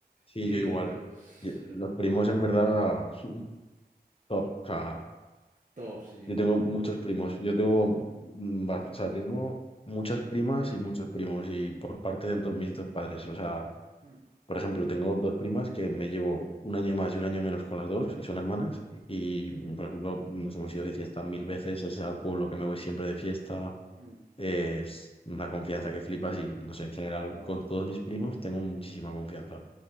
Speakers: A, on the left; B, on the right.
A: Sí,
B: Y
A: yo igual.
B: pues,
A: Yo- Los primos en verdad, <laughs> top. O sea,
B: top, sí.
A: yo tengo muchos primos. Yo tengo, mm, ba- o sea, tengo muchas primas y muchos primos y por parte de do- mis dos padres. O sea,
B: Mm,
A: por ejemplo, tengo dos primas que me llevo un año más y un año menos con las dos y son hermanas. Y, mm, por ejemplo, nos hemos ido de fiesta mil veces. Es al pueblo que me voy siempre de fiesta.
B: mm.
A: Es una confianza que flipas y, no sé, en general, con todos mis primos tengo muchísima confianza.